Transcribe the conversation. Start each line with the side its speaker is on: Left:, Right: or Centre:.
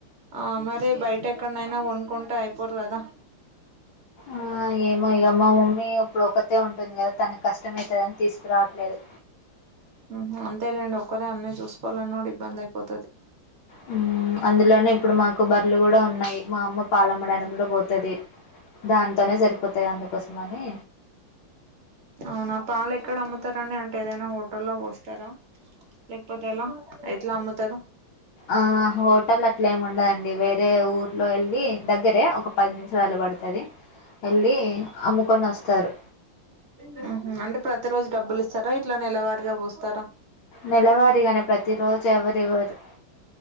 Right: ఆ మరి బయట్ ఎక్కనైనా కొనుకుంటే అయిపోర్రదా
Left: ఆ ఏమో ఇగ మా మమ్మీ ఒప్పుడ్ ఒకతే ఉంటుంది గదా తన కష్టమయితదని తీసుకురావట్లేదు
Right: హుమ్ అంతేలేండి ఒక్కరే అన్న చూసుకోవాలన్న ఇబ్బంది అయిపోతది
Left: హుమ్ అందులోను ఇప్పుడు మాకు బర్లు కూడా ఉన్నాయి మా అమ్మ పాలమ్మడానికి కూడా పోతు పోతది దానితోనే సరిపోతాయి అందుకోసమని
Right: అవునా పాలు ఎక్కడ అమ్ముతారండి అంటే ఏదైనా హోటల్లో పోస్తారా లేకపోతే ఎలా ఎట్ల అమ్ముతారు
Left: ఆ హోటల్ అట్లా ఏమి ఉండదండి వేరే ఊర్లో వెళ్ళి దగ్గరే ఒక పది నిమిషాలు పడతది ఎళ్ళి అమ్ముకొని వస్తారు
Right: హుమ్ హు అంటే ప్రతి రోజు డబ్బులు ఇస్తారా ఇట్లా నెలవారిగా పోస్తరా
Left: నెలవారిగానే ప్రతిరోజు ఎవరివ్వరు